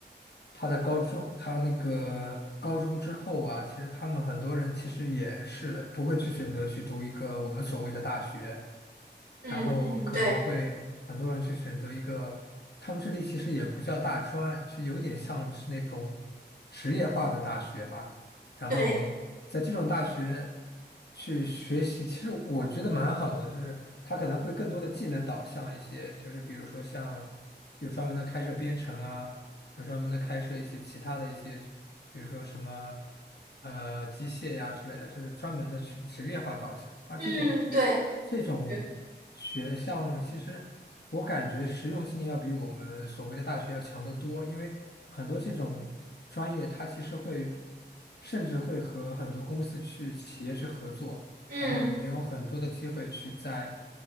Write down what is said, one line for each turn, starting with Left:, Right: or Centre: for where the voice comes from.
Left: 他的高中，他那个高中之后啊，其实他们很多人其实也是不会去选择去读一个我们所谓的大学。
Right: 嗯嗯，
Left: 然后可能会很多人去选择一个，
Right: 对
Left: 他们这里其实也不叫大专，就有点像是那种职业化的大学吧。然后在这种大学
Right: 对，
Left: 去学习，其实我觉得蛮好的，就是它可能会更多的技能导向一些，就是比如说像有专门的开设编程啊，有专门的开设一些其他的一些。比如说什么呃机械呀之类的，就是专门的去职业化导向。而这种
Right: 嗯对。
Left: 这种
Right: 是
Left: 学校呢，其实我感觉实用性要比我们所谓的大学要强得多，因为很多这种专业它其实会甚至会和很多公司去企业去合作。
Right: 嗯。
Left: 然后你有很多的机会去在